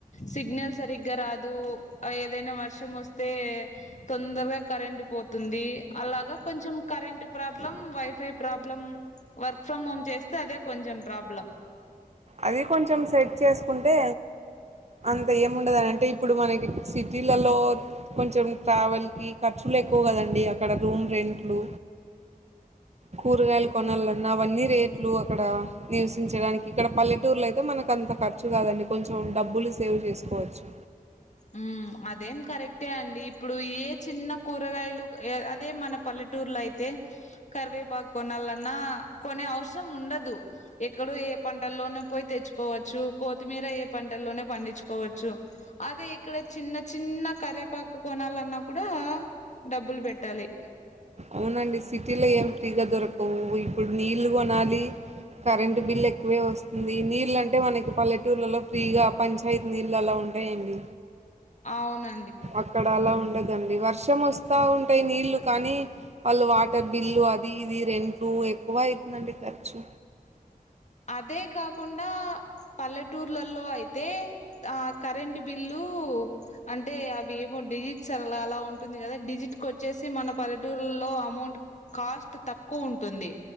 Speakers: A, on the left; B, on the right.
A: సిగ్నల్ సరిగ్గా రా కు ఏదైనా వర్షం వస్తే తొందరగా కరెంట్ పోతుంది అలాగా కొంచెం current problem wifi problem work from home చేస్తే అదే కొంచెం ప్రాబ్లం
B: అది కొంచెం సెట్ చేసుకుంటే అంత ఏముండదు అనంటే ఇప్పుడు మనకి సిటీలలో కొంచెం ట్రావెల్‌కి ఖర్చులు ఎక్కువ కదండి అక్కడ రూమ్ రెంట్లు కూరగాయలు కొనాలన్నా అవన్నీ రేట్లు అక్కడ నివసించడానికి ఇక్కడ పల్లెటూర్లో అయితే మనకు అంత ఖర్చు కాదండి కొంచెం డబ్బులు సేవ్ చేసుకోవచ్చు
A: ఉమ్ అదేం కరెక్టే అండి ఇప్పుడు ఏ చిన్న కూరగాయలు అదే మన పల్లెటూరులో అయితే కరివేపాకు కొనాలన్నా కొనే అవసరం ఉండదు ఎక్కడో ఏ పంటల్లోనే పోయి తెచ్చుకోవచ్చు కోత్తిమీర ఏ పంటల్లోనే పండించుకోవచ్చు అదే ఇక్కడ చిన్న చిన్న కరేపాకు కొనాలన్నా కూడా డబ్బులు పెట్టాలి
B: అవునండి సిటీలో ఏమి ఫ్రీగా దొరకవు ఇప్పుడు నీళ్లు కొనాలి కరెంట్ బిల్ ఎక్కువే వస్తుంది నీళ్ళు అంటే మనకి పల్లెటూర్లలో ఫ్రీగా పంచాయతీ నీళ్ళు అలా ఉం టయండి
A: అవున
B: అక్కడ అలా ఉండదండి వర్షం వస్తా ఉంటాయి నీళ్ళు కానీ వాళ్ళు వాటర్ బిల్లు అది ఇది రెంట్లు ఎక్కువ అయితుందండి ఖర్చు
A: అదే కాకుండా పల్లెటూర్లలో అయితే ఆ కరెంట్ బిల్లూ అంటే అవి ఏమో డిజిట్ సరలా అలా ఉంటుంది కదా డిజిట్‌కి వచ్చేసి మన పల్లెటూరులో అమౌంట్ కాస్ట్ తక్కువ ఉంటుంది